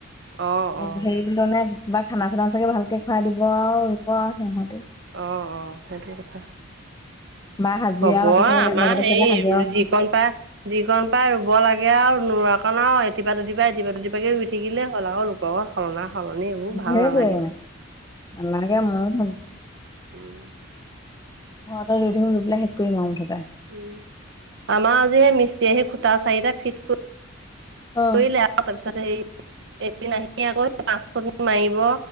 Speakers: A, on the right; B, on the left.
A: অ
B: হেৰি
A: অ
B: কিজনে তোমাক খানা-চানা চাগে ভালকে খুৱাই দিব আৰু। ৰুব আৰু সিহঁতে।
A: অ', ‌অ'। সেইটো কথা।
B: বা হাজিৰা
A: হ'ব
B: মাতিছে
A: আমাৰ
B: লগতে
A: হেই
B: চাগে হাজিৰাও আছে
A: যিকণ পাই যিকণ পাই ৰুব লাগে আৰু। নোৰা কণ আৰু এতিপা দুদিবা, এতিপা দুদিবাকে ৰুই থাকিলে হ'ল আৰু নো। বৰ সলনা সলনি এইবোৰ ভাল
B: সেইটোৱে
A: নালাগে।
B: <unintelligible>
A: উম।
B: অ', তই ৰুই থাকিবি। ৰুই পেলায় শেষ কৰিম আৰু মুঠতে।
A: উম। আমাৰ আজি সেই মিষ্টি আহি খুটা চাৰিটা ফিট কৰি
B: অ
A: কৰিলে আক তাৰপিছত হেই এদিন আহি আকৌ পাঁচ <unintelligible> মাৰিব।